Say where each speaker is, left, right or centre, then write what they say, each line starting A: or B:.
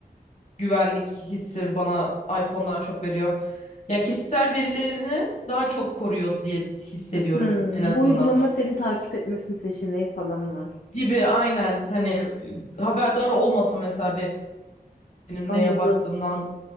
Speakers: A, on the left; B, on the left.
A: güvenlik hissi bana iPhone daha çok veriyor. Ya kişisel verilerini daha çok koruyor diye hissediyorum
B: Hmm,
A: en azından.
B: bu uygulama seni takip etmesini seçeneği falan var.
A: Gibi aynen hani e, haberdar olmasın mesela benim
B: Anladım.
A: neye baktığımdan